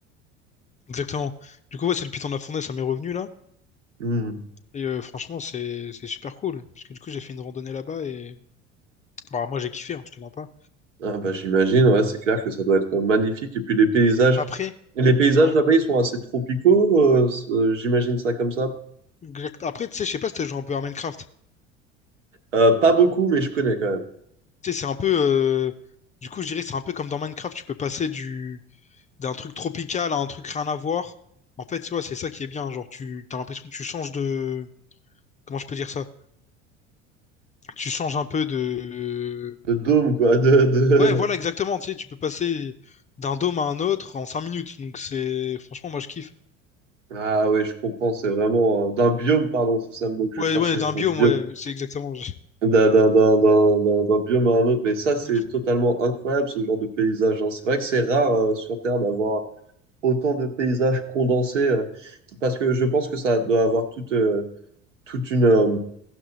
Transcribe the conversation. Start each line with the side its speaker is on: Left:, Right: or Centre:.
Left: Exactement. Du coup, ouais, c'est le Piton de la Fournaise, ça m'est revenu là.
Right: Hmm.
Left: Et euh, franchement, c'est c'est super cool. Parce que du coup, j'ai fait une randonnée là-bas et... Bah, moi, j'ai kiffé, hein, je te mens pas.
Right: Ah bah, j'imagine, ouais, c'est clair que ça doit être magnifique. Et puis les paysages,
Left: Après,
Right: les paysages
Left: ouais.
Right: là-bas, ils sont assez tropicaux, euh, c'est- euh, j'imagine ça comme ça.
Left: exact- Après, tu sais, je sais pas si t'as joué un peu à Minecraft.
Right: Euh, pas beaucoup, mais je connais quand même.
Left: Tu sais, c'est un peu. euh, Du coup, je dirais que c'est un peu comme dans Minecraft, tu peux passer du d'un truc tropical à un truc rien à voir. En fait, tu vois, c'est ça qui est bien. Genre, tu t'as l'impression que tu changes de. Comment je peux dire ça? Tu changes un peu de.
Right: De dôme, quoi. De, de...
Left: Ouais, voilà, exactement. Tu sais, tu peux passer d'un dôme à un autre en cinq minutes. Donc, c'est. Franchement, moi, je kiffe.
Right: Ah oui, je comprends, c'est vraiment... euh, d'un biome, pardon, c'est ça le mot que je
Left: Ouais,
Right: cherchais,
Left: ouais, d'un
Right: un
Left: biome,
Right: biome.
Left: ouais, c'est exactement.
Right: D'un d'un- d'un- d'un- d'un- d'un biome à un autre. Mais ça, c'est
Left: <laughs>
Right: totalement incroyable, ce genre de paysage. hein. C'est vrai que c'est rare euh, sur Terre d'avoir autant de paysages condensés, euh, parce que je pense que ça doit avoir toute, euh, toute une... euh,